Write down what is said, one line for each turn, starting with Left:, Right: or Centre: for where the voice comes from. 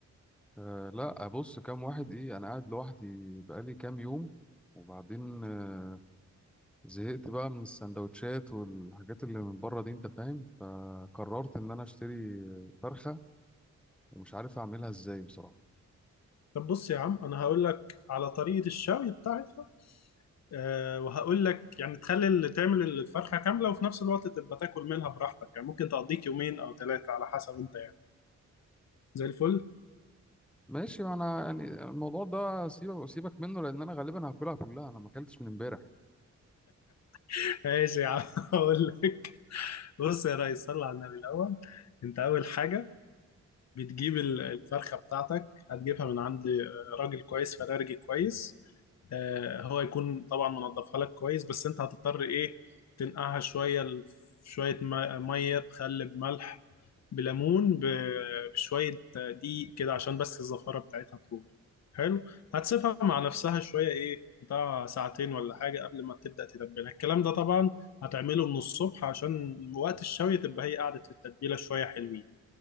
Centre: أه لا ابص كام واحد ايه انا قاعد لوحدي بقالي كام يوم وبعدين آه، زهقت بقى من السندوتشات والحاجات اللي من بره دي انت فاهم فقررت ان انا اشتري فرخة ومش عارف اعملها ازاي بصراحة
Left: طب بص يا عم انا هقول لك على طريقه الشوي بتاعتها أه وهقول لك يعني تخلي اللي تعمل الفرخه كامله وفي نفس الوقت تبقى تاكل منها براحتك يعني ممكن تقضيك يومين او ثلاثه على حسب انت يعني زي الفل
Centre: ماشي ما انا يعني الموضوع ده سيبك سيبك منه لان انا غالبا هاكلها كلها انا ما اكلتش من امبارح
Left: <laughs> ماشي يا عم <laughs> هقول لك بص يا ريس صل على النبي الاول انت اول حاجه بتجيب ال- الفرخة بتاعتك هتجيبها من عند آه، راجل كويس فرارجي كويس آه، هو يكون طبعا منضفها لك كويس بس انت هتضطر ايه تنقعها شوية ل- شوية م- مية بخل بملح بليمون ب- بشوية آه، دقيق كده عشان بس الزفارة بتاعتها تروح حلو هتسيبها مع نفسها شوية ايه بتاع ساعتين ولا حاجة قبل ما تبدأ تتبلها الكلام ده طبعا هتعمله من الصبح عشان وقت الشوي تبقى هي قعدت في التتبيلة شوية حلوين